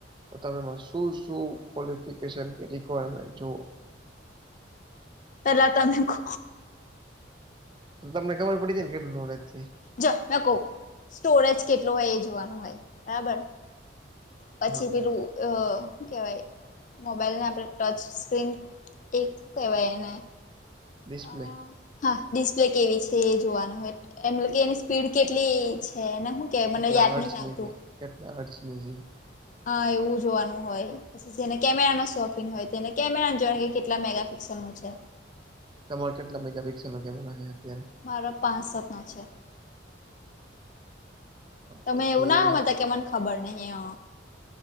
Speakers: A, on the right; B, on the left.
A: તો તમેમાં શું શું ક્વોલિફિકેશન કે રિક્વાયરમેન્ટ જુઓ.
B: પેલા તમે કો.
A: તો તમને ખબર પડી છે ને કેટલું નોલેજ છે.
B: જો મે કવું સ્ટોરેજ કેટલો હોય એ જોવાનું હોય બરાબર પછી
A: હા
B: પેલું શું કેવાય મોબાઈલને આપણે ટચ સ્ક્રીન એક કહેવાય એને
A: ડિસ્પ્લે.
B: અ હા ડિસ્પ્લે કેવી છે એ જોવાનું હોય એમલ કે એની સ્પીડ કેટલી છે હું કે
A: કેટલા
B: મને યાદ
A: હર્ટની
B: નહી આવતું.
A: છે કેટલા <unintelligible> હેં.
B: હા એવું જોવાનું હોય પછી જેને કેમેરાના શોખીન હોય તેને કેમેરાને જોવાણે કે કેટલા મેગાપિક્સલનું છે.
A: તમારો કેટલા મેગાપિક્સલ નો કેમેરો છે અત્યારે?
B: મારા પાંચ સતનો છે. તમે
A: પછી
B: એવું ના હોવા ત કે મને ખબર નહીં હ